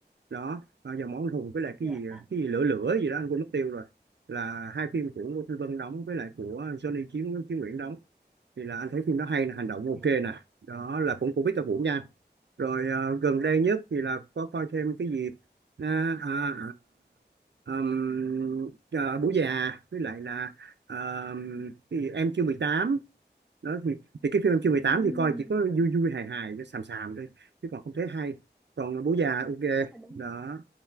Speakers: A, on the right; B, in the centre.
A: Đó, ờ, Dòng máu anh hùng với lại cái
B: dạ
A: gì ờ,
B: à,
A: cái gì lửa lửa gì đó anh quên mất tiêu rồi. Là hai phim của Ngô Thanh Vân đóng với lại của Johnny Chí Chí Nguyễn đóng thì là anh thấy phim đó hay nè, hành động ok
B: Ừ.
A: nè. Đó là cũng của Victor Vũ nha. rồi à, gần đây nhất thì là có coi thêm cái gì à, à, à, ừm, à, Bố già với lại là à, cái gì? Em chưa mười tám đó thì thì cái phim em chưa mười
B: ừm,
A: tám thì coi chỉ có vui vui hài hài xàm xàm thôi chứ còn không thấy hay còn Bố già ok
B: chắc là đúng
A: đó
B: rồi.